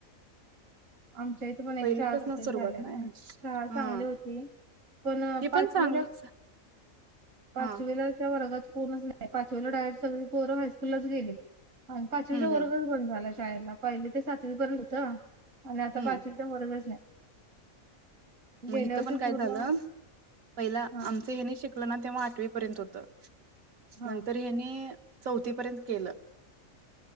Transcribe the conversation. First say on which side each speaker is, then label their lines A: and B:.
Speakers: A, on the right; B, on the right.
A: आमच्या इथे पण एक
B: पहिलीपासूनच
A: चार <unintelligible>
B: सुरुवात
A: झाल्याना
B: नाही.
A: शाळा
B: हा
A: चांगली होती. पण
B: ही
A: पाचवीला
B: चांगलीच
A: पाचवीला
B: हा
A: त्या वर्गात कोणाच नाही पाचवीला डायेट सगळीं पोरं हायस्कूलच गेले. आन पाचवीचा
B: हं
A: वर्गच
B: हं
A: बंद झालाय. शाळेना पहिली ते सातवीं पर्यंत होत. आणि आता
B: हं
A: पाचवीचा वर्गच नाही
B: मग
A: गेल्या
B: इथ
A: वर्षी
B: पण काय
A: पूर्ण
B: झालं पहिलं
A: हा
B: आमच यंनी शिकल ना तेव्हा आठवी पर्यंत होत.
A: हा
B: नंतर हेनी. चौथीपर्यंत केलं.